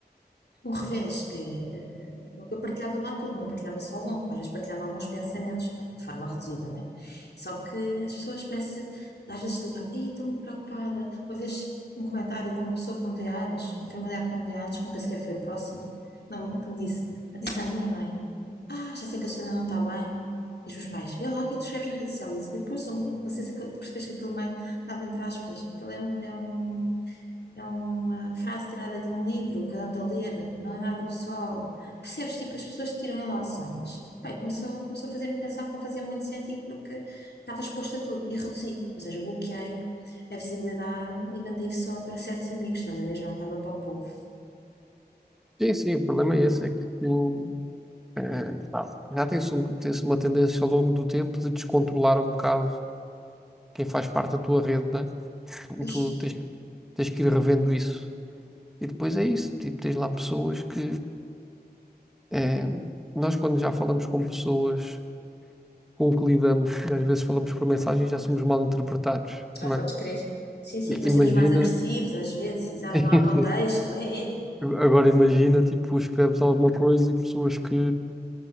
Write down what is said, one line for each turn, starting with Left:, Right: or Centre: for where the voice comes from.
Left: um revés, que é, eh, eu partilhava lá tudo, não partilhava só o bom, às vezes partilhava alguns pensamentos, pá, de forma reduzida, né? Só que as pessoas parece, às vezes ligavam, ei, estou muito preocupada. Uma vez um comentário de uma pessoa que não me vê há anos, um familiar que não me vê há anos, que nunca sequer foi próximo, não- que me disse, "Ah, disse à minha mãe, ah, já sei que a Susana não está bem. E os meus pais, vê lá o que é que tu escreves na rede social. E eu pus um, não sei se aquilo- percebes que aquele mãe estava entre aspas, aquilo é um, é um é uma frase tirada de um livro que eu ando a ler, não é nada pessoal. Percebes? Tipo, as pessoas tiram ilações. Pai, começou, começou a fazer-me pensar que não fazia muito sentido porque estava exposta a tudo e reduzi, ou seja, bloqueei a visibilidade e mantei só para certos amigos, estás a ver? Já não estava para o povo.
Centre: sim, sim, o problema é esse, é que tu, eh, pá, já tens, um- tens uma tendência ao longo do tempo de descontrolar um bocado quem faz parte da tua rede, né?
Left: Pois.
Centre: Tu tens, tens que ir revendo isso. E depois é isso, tipo, tens lá pessoas que eh, nós quando já falamos com pessoas com que lidamos, e às vezes falamos por mensagem, já somos mal interpretados,
Left: Ah,
Centre: não
Left: podes
Centre: é?
Left: crer. Sim, sim,
Centre: I-
Left: parecemos
Centre: Imagina,
Left: mais agressivos às vezes, exato,
Centre: <laughs>
Left: não há contexto, é, é.
Centre: agora imagina, tipo, escreves alguma coisa e pessoas que,